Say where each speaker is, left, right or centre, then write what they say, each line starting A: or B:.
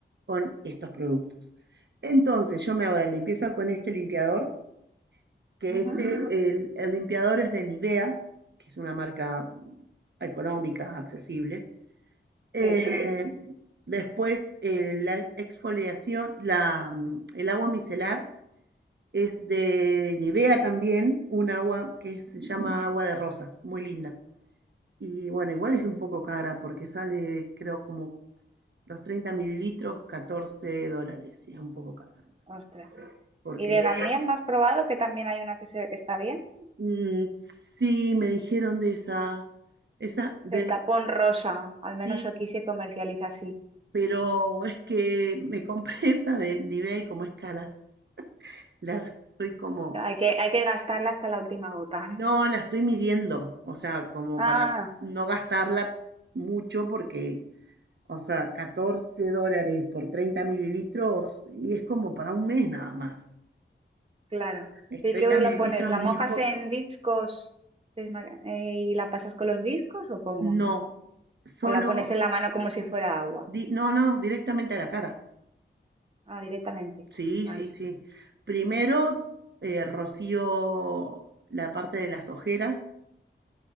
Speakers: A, on the right; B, on the right.
A: con estos productos. Entonces, yo me hago la limpieza con este limpiador, que
B: Ujú,
A: este, el, el limpiador es de Nivea, que es una marca económica, accesible. Eh,
B: Sí.
A: después, eh, la exfoliación, la, mm, el agua micelar es de Nivea también, un agua que se
B: Ujú.
A: llama agua de rosas, muy linda. Y bueno, igual es un poco cara porque sale, creo, como los 30 mililitros, 14 dólares. Y es un poco cara, me parece.
B: Ostras.
A: Porque
B: Y de Garnier, ¿no has probado que también hay una que se ve que está bien?
A: mm, sí, me dijeron de esa, esa de
B: El tapón rosa, al menos
A: sí,
B: aquí se comercializa así.
A: pero es que me compré <laughs> esa de Nivea y como es cara, la estoy como,
B: No, hay que, hay que gastarla hasta la última gota. <laughs>
A: no, la estoy midiendo, o sea, como
B: Ah,
A: para no gastarla mucho porque O sea, 14 dólares por 30 mililitros y es como para un mes nada más.
B: claro.
A: Es
B: ¿Y
A: 30
B: qué lo
A: mililitros
B: pones? ¿La
A: es
B: mojas
A: muy poco.
B: en discos desma- eh, y la pasas con los discos o cómo?
A: No, solo,
B: ¿O la pones en la mano como si fuera agua?
A: di- no, no, directamente a la cara.
B: Ah, directamente.
A: Sí,
B: Vale.
A: sí, sí. Primero eh, rocío la parte de las ojeras